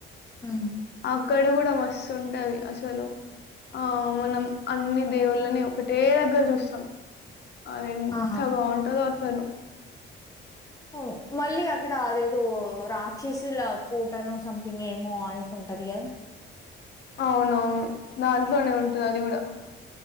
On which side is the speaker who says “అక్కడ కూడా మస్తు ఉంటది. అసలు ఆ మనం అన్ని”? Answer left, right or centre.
Left